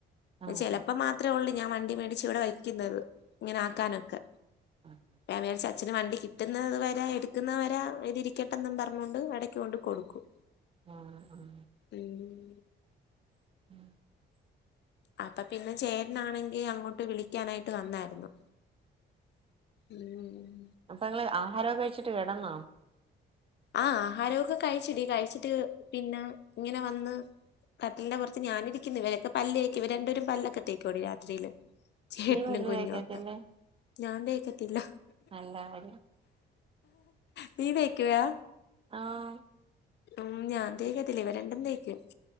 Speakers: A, on the right; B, on the left.
A: ആഹ്
B: ചെലപ്പം മാത്രമേ ഒള്ളൂ ഞാൻ വണ്ടി മേടിച്ച് ഇവിടെ വയ്ക്കുന്നത് ഇങ്ങനെ ആക്കാനൊക്കെ
A: ആഹ്
B: ഞാൻ വിചാരിച്ച് അച്ഛന് വണ്ടി കിട്ടുന്നത് വരെ ഞാൻ എടുക്കുന്നവരെ ഇതിരിക്കട്ടെന്നും പറഞ്ഞൊണ്ട് ഇടയ്ക്ക് കൊണ്ട് കൊടുക്കും
A: ആഹ് ആഹ്
B: ഉം
A: <unintelligible>
B: അപ്പ പിന്നെ ചേട്ട്നാണെങ്കിൽ അങ്ങോട്ട് വിളിക്കാനായിട്ട് വന്നാരുന്നു. ഉം
A: അപ്പ നിങ്ങെള് ആഹാരവെക്കെ കഴിച്ചിട്ട് കെടന്നോ?
B: ആഹ് ആഹാരവെക്കെ കഴിച്ചടി കഴിച്ചിട്ട് പിന്നെ ഇങ്ങനെ വന്ന്. കട്ടിലിന്റെ പൊറത്ത് ഞാനിരിക്കുന്നു ഇവരൊക്കെ പല്ലേക്കും ഇവെ രണ്ടുപ്പേരും പല്ലൊക്കെ തേക്കൂടി രാത്രിയിലും. ചേട്ട്നും
A: നീ പല്ല്
B: കുഞ്ഞുവാക്കെ.
A: തേക്കത്തില്ലേ
B: ഞാൻ തേക്കത്തില്ല
A: നല്ല കാര്യം
B: നീ തേയ്ക്കുയാ?
A: ആഹ്
B: ഉം ഞാൻ തേക്കത്തില്ല ഇവ രണ്ടും തേക്കും.